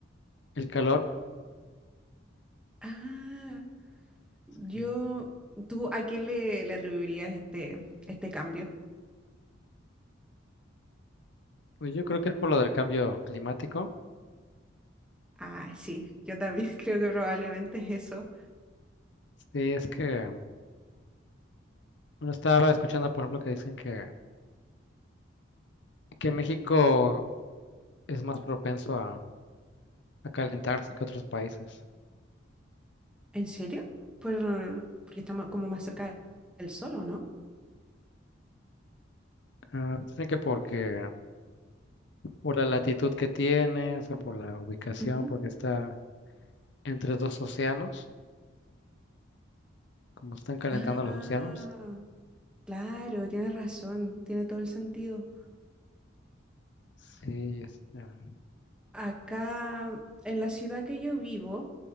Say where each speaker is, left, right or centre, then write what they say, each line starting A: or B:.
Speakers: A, on the left; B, in the centre.
A: el calor.
B: Ah, yo,
A: Sí.
B: ¿tú a qué le, le atribuirías este, este cambio?
A: Pues yo creo que es por lo del cambio climático.
B: Ah, sí, yo también <laughs> creo que probablemente es eso.
A: Sí, es que. Bueno, estaba escuchando, por ejemplo, que dicen que, que México es más propenso a, a calentarse que otros países.
B: ¿En serio? Por, porque estamos como más cerca del sol, ¿o no?
A: Ah, dicen que porque, por la latitud que tiene, o sea, por la ubicación,
B: Ujú.
A: porque está entre dos océanos, como están calentando
B: Ah,
A: los océanos.
B: claro, tienes razón, tiene todo el sentido.
A: Sí, es- ah,
B: Acá, en la ciudad que yo vivo,